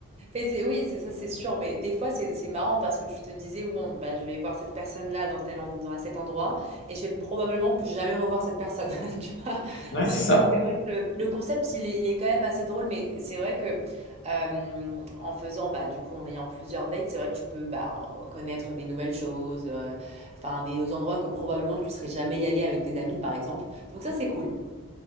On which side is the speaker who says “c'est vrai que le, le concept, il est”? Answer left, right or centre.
Right